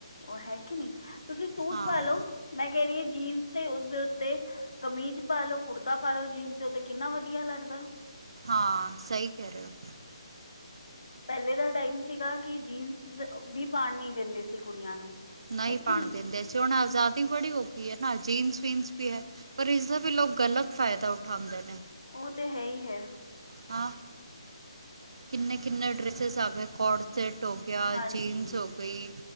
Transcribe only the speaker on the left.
ਉਹ ਹੈ ਕਿ ਨਹੀ ਤੁਸੀਂ ਸੂਟ
ਪਾ ਲਓ ਮੈਂ ਕਹਿ ਰਹੀ ਹਾਂ ਜੀਨਸ ਤੇ ਉਸਦੇ ਉੱਤੇ। ਕਮੀਜ਼ ਪਾ ਲਓ ਕੁੜਤਾ ਪਾ ਲਓ ਜੀਨਸ ਦੇ ਉਤੇ ਕਿੰਨਾ ਵਧੀਆ ਲੱਗਦਾ।
ਪਹਿਲੇ ਦਾ ਟਾਈਮ ਸੀਗਾ ਕਿ ਜੀਨਸ ਵੀ ਪਾਣ ਨੀ ਦਿੰਦੇ ਸੀ ਕੁੜੀਆਂ ਨੂੰ।
ਹੈ ਕਿ
ਉਹ ਤੇ ਹੈ ਹੀ ਹੈ।
ਹਾਂਜੀ